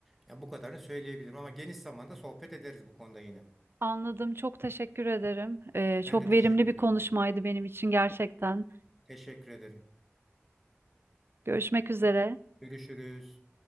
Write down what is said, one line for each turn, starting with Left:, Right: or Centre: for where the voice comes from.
Centre: ya bu kadarını söyleyebilirim. Ama geniş zamanda sohbet ederiz bu konuda yine.
Right: Anladım. Çok teşekkür ederim. Eee, çok
Centre: Ben de teşekkür
Right: verimli bir
Centre: ediyorum.
Right: konuşmaydı benim için gerçekten.
Centre: Teşekkür ederim.
Right: Görüşmek üzere.
Centre: Görüşürüz.